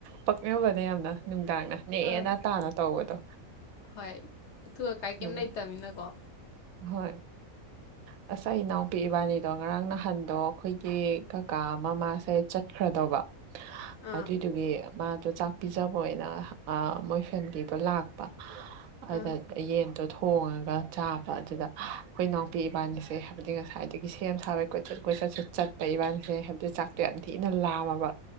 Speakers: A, on the right; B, on the left.
A: ꯄꯛꯅꯕꯗ ꯌꯥꯝꯅ ꯅꯨꯡꯗꯥꯡꯅ ꯅꯦꯅ
B: ꯑꯥ
A: ꯇꯥꯅ ꯇꯧꯕꯗꯣ
B: ꯍꯣꯏ ꯑꯊꯨ ꯑꯀꯥꯏ ꯀꯩꯝ
A: ꯎꯝ
B: ꯂꯩꯇꯃꯤꯅꯀꯣ
A: ꯍꯣꯏ ꯉꯁ ꯏꯅꯥꯎꯄꯤ ꯏꯕꯥꯅꯤꯗꯣ ꯉꯔꯥꯡ ꯅꯍꯥꯟꯗꯣ ꯑꯩꯈꯣꯏꯒꯤ ꯀꯥ ꯑꯃ ꯃꯥꯁꯦ ꯆꯠꯈ꯭ꯔꯗꯧꯕ
B: ꯑꯥ
A: ꯑꯗꯨꯏꯗꯨꯒꯤ ꯃꯥꯗꯣ ꯆꯥꯛ ꯄꯤꯖꯕ ꯑꯣꯏꯅ ꯃꯣꯏ ꯐꯦꯝꯂꯤꯗꯣ ꯂꯥꯛꯄ ꯑꯗ
B: ꯑꯥ
A: ꯌꯦꯟꯗꯣ ꯊꯣꯡꯉꯒ ꯆꯥꯕ ꯑꯗꯨꯗ ꯑꯩꯈꯣꯏ ꯏ ꯅꯥꯎꯄꯤ ꯏꯕꯥꯅꯤꯁꯦ ꯍꯥꯏꯕꯗꯤ ꯉꯁꯥꯏꯗꯒꯤ ꯁꯦꯝ ꯁꯥꯕꯩ ꯀꯣꯏꯆꯠ ꯀꯣꯏꯆꯠꯁꯨ ꯆꯠꯄ ꯏꯕꯥꯅꯤꯁꯦ ꯦ ꯍꯥꯏꯕꯗꯤ ꯆꯥꯛꯇꯣ ꯌꯥꯝ ꯊꯤꯅ ꯂꯥꯝꯃꯕ